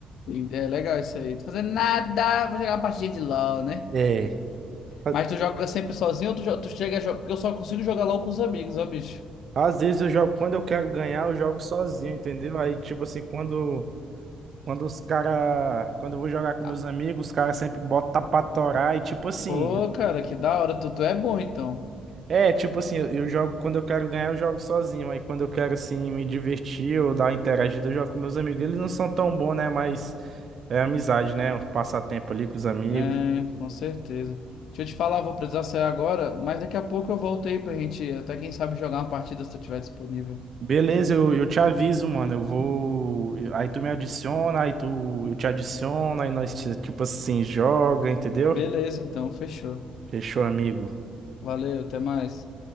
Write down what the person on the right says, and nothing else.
É. a-
Às vezes eu jogo, quando eu quero ganhar, eu jogo sozinho, entendeu? Aí, tipo assim, quando, quando os cara, quando eu vou jogar com
meus amigos, os caras sempre botam pra torar e, tipo assim,
É, tipo assim, eu, eu jogo, quando eu quero ganhar, eu jogo sozinho. Aí quando eu quero, assim, me divertir ou dar uma interagida, eu jogo com meus amigos. Eles não são tão bons, né? Mas é amizade, né? Um passatempo ali com os amigos.
Beleza, eu, eu te aviso, mano. Eu vou. eu- Aí tu me adiciona, aí tu. Eu te adiciono, aí nós, tipo assim, joga, entendeu?
Fechou, amigo.